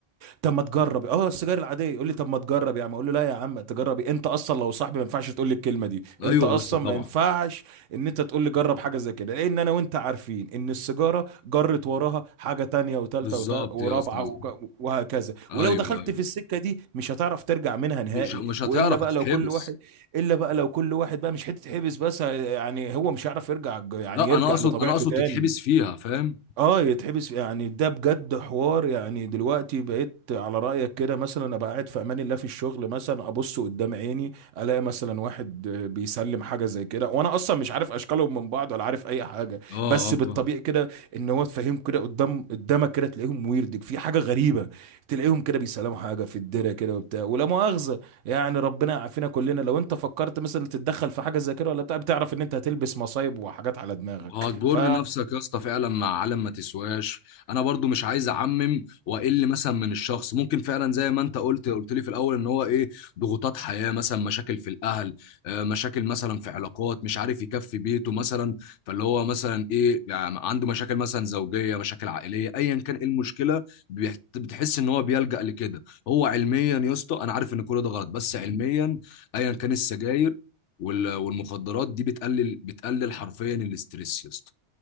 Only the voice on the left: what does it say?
ايوه
يا اسطى طبعا
بالظبط
يا اسطى
ايوه
ايوه
مش مش هتعرف
هتتحبس
لا
انا اقصد
انا اقصد
تتحبس فيها فاهم
اه
اه
فاهم.
هتجر
نفسك يا اسطى فعلا مع عالم ما تسواش انا برضو مش عايز اعمم واقل مثلا من الشخص ممكن فعلا زي ما انت قلت قلت لي في الاول ان هو ايه ضغوطات حياه مثلا مشاكل في الاهل آه، مشاكل مثلا في علاقات مش عارف يكفي بيته مثلا فاللي هو مثلا ايه يعني عنده مشاكل مثلا زوجيه مشاكل عائليه ايا كان ايه المشكله بيحت- بتحس ان هو بيلجأ لكده هو علميا يا اسطى انا عارف ان كل ده غلط بس علميا ايا كان السجاير وال- والمخدرات دي بتقلل بتقلل حرفيا الاستريس يا اسطى